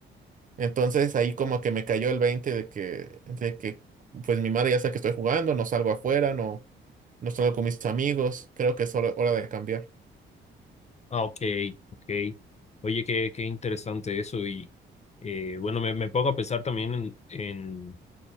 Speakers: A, on the right; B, on the left.
A: Entonces ahí como que me cayó el 20 de que, de que pues mi madre ya sabe que estoy jugando, no salgo afuera, no, no salgo con mis amigos, creo que es hora, hora de cambiar.
B: Ah, ok, ok. Oye, qué, qué interesante eso. Y eh, bueno, me, me pongo a pensar también en, en-